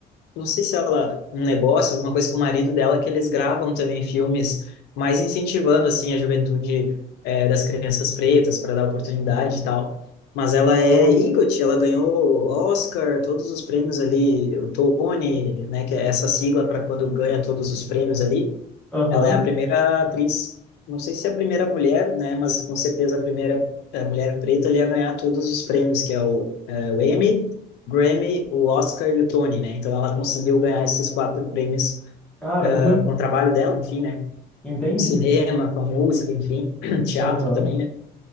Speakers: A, on the left; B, in the centre.
A: não sei se ela, um negócio, alguma coisa com o marido dela, que eles gravam também filmes, mais incentivando, assim, a juventude eh, das crianças pretas para dar oportunidade e tal. Mas ela
B: Ah,
A: é EGOT, ela ganhou Oscar, todos os prêmios ali, o Tony, né, que é essa sigla para quando ganha todos os prêmios ali.
B: aham.
A: Ela é a primeira atriz, não sei se é a primeira mulher, né, mas com certeza a primeira eh, mulher preta ali a ganhar todos os prêmios, que é o, eh, o Emmy, Grammy, o Oscar e o Tony, né? Então ela conseguiu ganhar esses quatro prêmios
B: Caramba,
A: eh, com o trabalho dela, enfim, né?
B: entendi.
A: Cinema, com a música, enfim, <clears throat> teatro
B: Aham.
A: também, né?